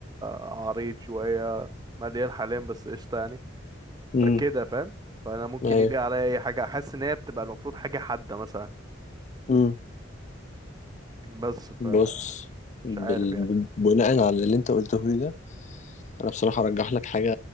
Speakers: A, on the right (about 20°); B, on the left (about 40°).
A: عريض شوية مليان حاليا بس قشطة يعني
B: امم
A: فكده فاهم فأنا ممكن
B: ايوه
A: يليق عليا أي حاجة أحس إن هي بتبقى المفروض حاجة حادة مثلا
B: امم
A: بس فمش
B: بص بال...
A: عارف يعني
B: بناء على اللي انت قلته لي ده انا بصراحة ارجح لك حاجة